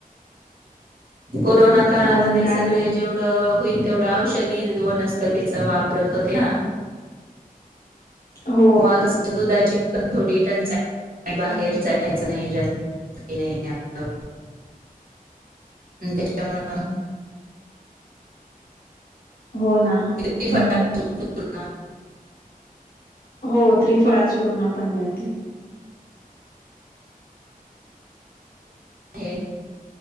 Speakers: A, on the right; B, on the left.
A: कोरोना काळामध्ये
B: अजून काय
A: सगळे
B: बोल
A: जेवढ -- ढ होईल तेवढं औषधी वनस्पतीच वापरत होते ना?
B: हो
A: मगस दुधाची पण थोडी टंचाई बाहेर जायचं नाही जास्त नाही. असं. म त्याच्यामुळ
B: हो ना? हम्म
A: <unintelligible>
B: हम्म
A: पूर्ण
B: हो त्रिफळा चूर्ण पण मिळते.
A: <unintelligible>